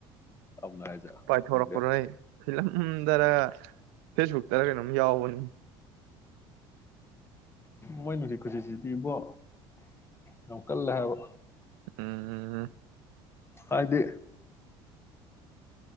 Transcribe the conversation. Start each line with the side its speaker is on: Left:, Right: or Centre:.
Left: ꯇꯝꯅ ꯍꯥꯏꯁꯦ
Right: ꯄꯥꯏꯊꯣꯔꯛꯄꯗꯣ
Left: ꯈꯪꯗꯦ
Right: ꯍꯦ ꯐꯤꯂꯝ <inaudible> ꯗꯅ ꯐꯦꯁꯕꯨꯛꯇꯔ ꯀꯩꯅꯣꯝ ꯌꯥꯎꯕꯅꯤ
Left: ꯃꯣꯏꯅ ꯅꯨꯡꯁꯤꯠ ꯈꯨꯁꯤꯠꯁꯤꯗꯤ ꯏꯕꯣ ꯌꯥꯝ ꯀꯜꯂꯦ ꯍꯥꯏꯕ
Right: ꯎꯝ
Left: ꯍꯥꯏꯗꯤ